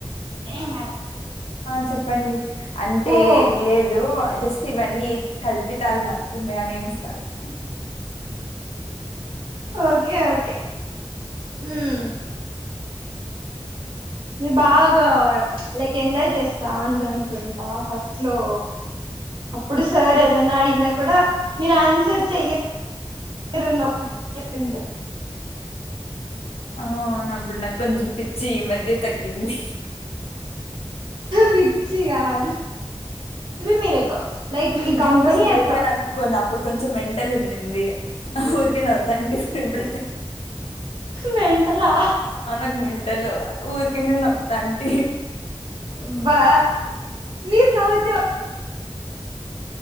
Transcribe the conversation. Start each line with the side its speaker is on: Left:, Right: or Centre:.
Right: ఏం కాదు.
Left: ఆ చెప్పండి అంటే
Right: ఓహో
Left: లేదు జస్ట్ ఇవన్నీ కల్పితాలు మాత్రమే అ నేమ్స్ కాదు
Right: ఓకే ఓకే ఉమ్ మీరూ బాగా లైక్ ఎంజాయ్ చేస్తా ఉంటరు అనుకుంటా ఫస్ట్ లో అప్పుడు సార్ ఏదన్నా అడిగినా కూడా మీరు ఆన్సర్ చెయ్యరు నవ్ చెప్పండి
Left: అ అవును ఆప్పుడు నాకు కొంచెం పిచ్చి ఈ మధ్య తగ్గింది
Right: పిచ్చి గాదు మీరు ఎక్కువ లైక్ మీ
Left: నిజంగా
Right: కంపెనీ
Left: సీరియస్
Right: అట్లా
Left: గా నక్కు కొంచెం అప్పుడు కొంచెం మెంటల్ ఉండింది ఆ ఊరికే నవ్వుతా అంటే ఇప్పుడు ఇప్పుడ
Right: మెంటలా
Left: ఆ నాకు మెంటలు ఊరికినే నవ్వుతాంటి
Right: ఆబా మీరు నవ్వితే